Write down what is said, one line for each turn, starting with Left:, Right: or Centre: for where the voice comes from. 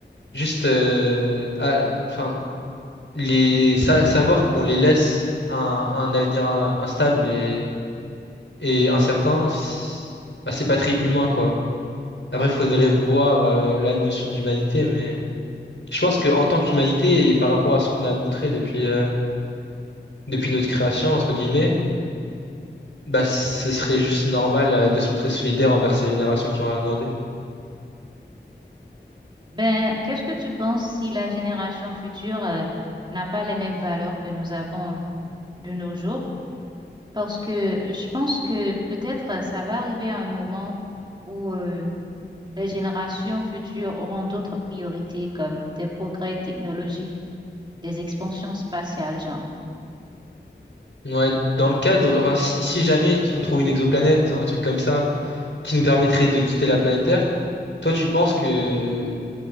Left: Juste, euh, à- enfin, les sa- savoir qu'on les laisse à un, à un avenir euh, instable et, et incertain, c'est bah, c'est pas très humain quoi. Après, faudrait voir euh, la notion d'humanité, mais je pense que en tant qu'humanité et par rapport à ce qu'on a montré depuis euh, depuis notre création entre guillemets, bah ce serait juste normal euh, de se montrer solidaire envers ces générations qui ont rien demandé.
Right: Ben, qu'est-ce que tu penses si la génération future euh, n'a pas les mêmes valeurs que nous avons de nos jours? Parce que je pense que peut-être euh, ça va arriver à un moment où euh, les générations futures auront d'autres priorités comme des progrès technologiques, des expansions spatiales, genre.
Left: Ouais, dans le cadre, enfin, si, si jamais on trouve une exoplanète, un truc comme ça, qui nous permettrait de quitter la planète Terre, toi tu penses que